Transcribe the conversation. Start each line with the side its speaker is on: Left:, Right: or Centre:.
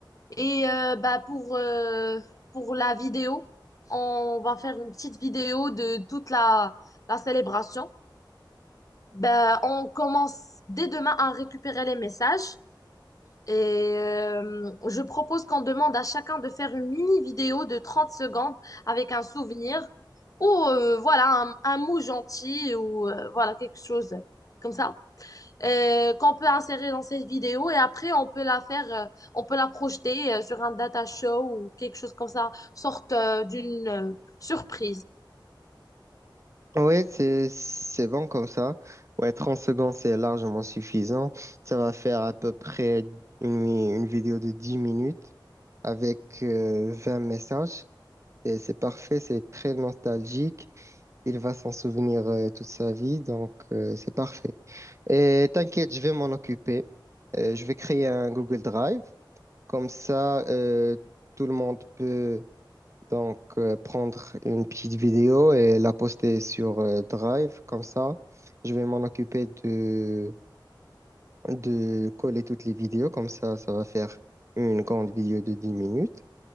Left: Et euh, bah, pour, euh, pour la vidéo, on va faire une petite vidéo de toute la, la célébration. Bah, on commence dès demain à récupérer les messages. Et euh, je propose qu'on demande à chacun de faire une mini vidéo de 30 secondes avec un souvenir ou euh, voilà un, un mot gentil ou euh, voilà quelque chose comme ça euh, qu'on peut insérer dans cette vidéo et après on peut la faire euh, on peut la projeter euh, sur un data show ou quelque chose comme ça sorte euh, d'une euh, surprise.
Right: Oui, c'est, c'est bon comme ça. Ouais, 30 secondes, c'est largement suffisant. Ça va faire à peu près une, une vidéo de 10 minutes avec euh, 20 messages. Et c'est parfait, c'est très nostalgique. Il va s'en souvenir euh, toute sa vie, donc euh, c'est parfait. Et t'inquiète, je vais m'en occuper. Euh, je vais créer un Google Drive. Comme ça, euh, tout le monde peut donc euh, prendre une petite vidéo et la poster sur euh, Drive. Comme ça, je vais m'en occuper de, de coller toutes les vidéos. Comme ça, ça va faire une grande vidéo de 10 minutes.